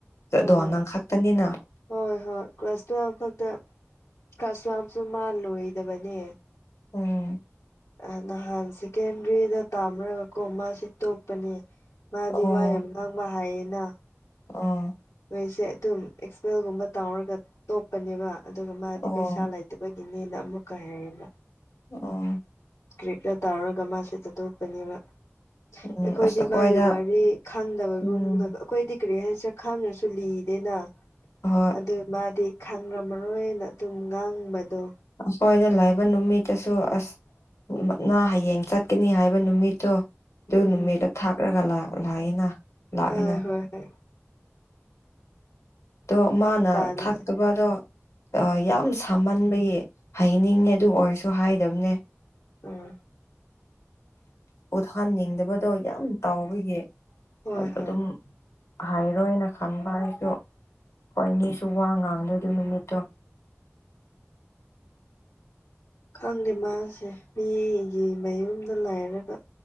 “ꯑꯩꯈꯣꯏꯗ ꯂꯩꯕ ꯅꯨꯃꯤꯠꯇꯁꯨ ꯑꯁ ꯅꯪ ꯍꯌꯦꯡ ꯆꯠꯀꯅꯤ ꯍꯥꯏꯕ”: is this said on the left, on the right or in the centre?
Left